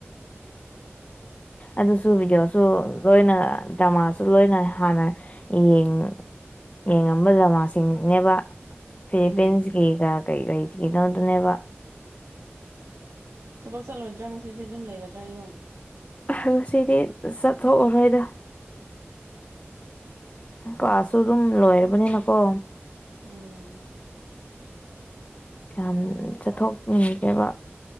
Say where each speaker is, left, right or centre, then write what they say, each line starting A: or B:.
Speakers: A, on the left (about 30°); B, on the right (about 70°).
A: ꯑꯗꯨꯁꯨ ꯚꯤꯗꯤꯑꯣꯁꯨ ꯂꯣꯏꯅ ꯗ꯭ꯔꯃꯥꯁꯨ ꯂꯣꯏꯅ ꯍꯥꯟꯅ ꯌꯦꯡ ꯌꯦꯡꯉꯝꯕ ꯗ꯭ꯔꯃꯥꯁꯤꯡꯅꯦꯕ ꯐꯤꯂꯤꯄꯤꯟꯁꯒꯤꯒ
B: ꯎꯝ
A: ꯀꯩ ꯀꯩ ꯀ ꯅꯗꯨꯅꯦꯕ
B: ꯊꯕꯛ ꯆꯠꯂꯣꯏꯗ꯭ꯔꯥ ꯉꯁꯤꯗꯤ ꯑꯗꯨꯝ ꯂꯩꯒꯗ꯭ꯔꯥ ꯌꯨꯝ
A: ꯉꯁꯤꯗꯤ ꯆꯠꯊꯣꯛꯑꯔꯣꯏꯗ ꯀ꯭ꯂꯥꯁꯁꯨ ꯑꯗꯨꯝ ꯂꯣꯏꯔꯕꯅꯤꯅꯀꯣ
B: ꯎꯝ
A: ꯀꯌꯥꯝ ꯆꯠꯊꯣꯛꯅꯤꯡꯒꯦꯕ